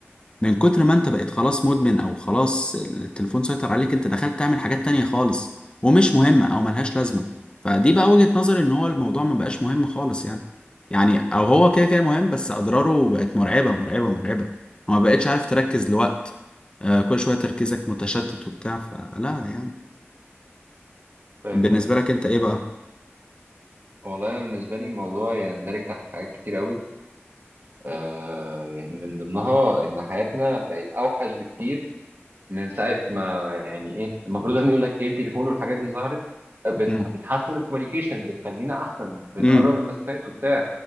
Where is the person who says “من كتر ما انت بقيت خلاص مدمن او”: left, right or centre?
Left